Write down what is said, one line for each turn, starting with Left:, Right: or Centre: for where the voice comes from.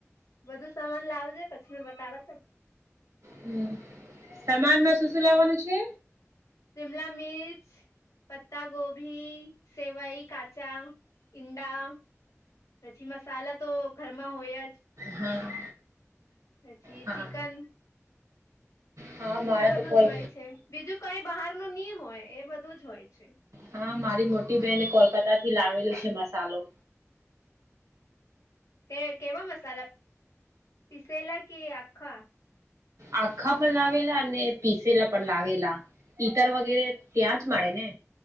Left: બધું સમાન લાવજે, પછી મેં બતાવત.
Right: હમ્મ. સમાનમાં શું-શું લાવવાનું છે?
Left: શિમલા મિર્ચ પત્તા ગોભી, સેવઈ, કાચા ઇંડા પછી મસાલા તો ઘરમાં હોય જ.
Right: હા.
Left: પછી
Right: હા
Left: ચિકન
Right: હા મારા
Left: એ બધું
Right: તો કોલ
Left: જ હોય છે. બીજું કઈ બહારનું ની હોય એ બધું જ હોય છે.
Right: હા મારી મોટી બહેને કોલકાતાથી લાવેલું છે મસાલો.
Left: તે કેવા મસાલા? પિસેલા કે આખા?
Right: આખા પણ લાવેલા અને પીસેલા પણ લાવેલા. ઈતર વગેરે ત્યાં જ મળે ને?